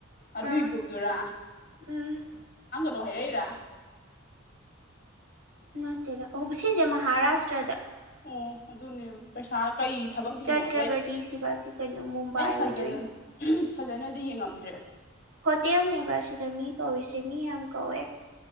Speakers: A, on the left (about 45°); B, on the right (about 80°).
A: ꯑꯗꯨꯏ
B: ꯎꯝ
A: ꯒ꯭ꯔꯨꯞꯇꯨꯔꯥ
B: ꯎꯝ
A: ꯅꯣ ꯍꯥꯏꯔꯛꯏꯔꯥ
B: ꯅꯠꯇꯦꯗ ꯑꯣ ꯁꯤꯁꯦ ꯃꯍꯥꯔꯥꯁꯇ꯭ꯔꯗ
A: ꯑꯣ ꯑꯗꯨꯅꯦ ꯄꯩꯁꯥꯥ ꯀꯩ ꯊꯕꯛꯀꯤꯅꯣꯗꯣ
B: ꯆꯠꯇ꯭ꯔꯕꯗꯤ
A: ꯑꯩ
B: ꯁꯤꯕꯥꯁꯤ ꯀꯩꯅꯣ ꯃꯨꯝꯕꯥꯏ
A: ꯑꯩ ꯐꯖꯅ
B: ꯑꯣꯏꯗꯣꯏꯅꯤ
A: ꯍꯝ ꯐꯖꯅꯗꯤ ꯌꯦꯡꯉꯝꯗ꯭ꯔꯦꯕ
B: ꯍꯣꯇꯦꯜꯅꯦꯕ ꯁꯤꯗ ꯃꯤ ꯀꯧꯔꯤꯁꯦ ꯃꯤ ꯌꯥꯝ ꯀꯧꯑꯦ